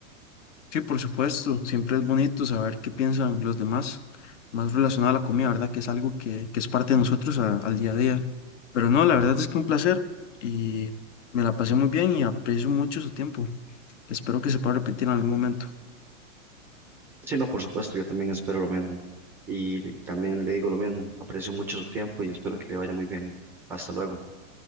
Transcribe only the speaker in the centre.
Sí, no, por supuesto, yo también espero lo mismo. Y también le digo lo mismo, aprecio mucho su tiempo y espero que le vaya muy bien. Hasta luego.